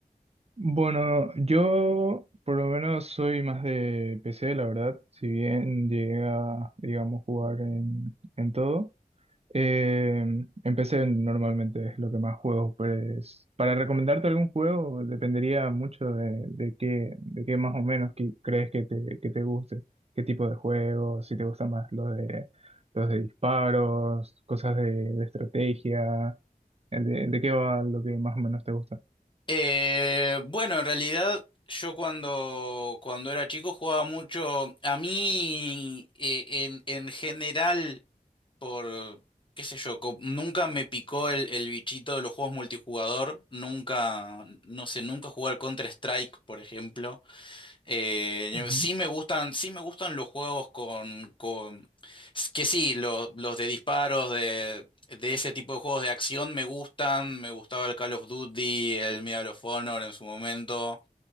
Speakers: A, on the right (about 40°); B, on the left (about 30°).
A: Bueno, yo por lo menos soy más de PC, la verdad. Si bien llegué a, digamos, jugar en, en todo. eh, en PC normalmente es lo que más juego. Pues para recomendarte algún juego dependería mucho de, de qué, de qué más o menos que- crees que te, que te guste. ¿Qué tipo de juegos? Si te gustan más los de, los de disparos, cosas de, de estrategia. ¿De, de qué va lo que más o menos te gusta?
B: Eh, bueno, en realidad yo cuando, cuando era chico jugaba mucho. A mí eh, en, en general, por qué sé yo, co- nunca me picó el, el bichito de los juegos multijugador. Nunca, no sé, nunca jugué al Counter-Strike, por ejemplo. Eh,
A: Ujú.
B: sí me gustan, sí me gustan los juegos con, con que sí, los, los de disparos, de, de ese tipo de juegos de acción me gustan. Me gustaba el Call of Duty, el Medal of Honor en su momento.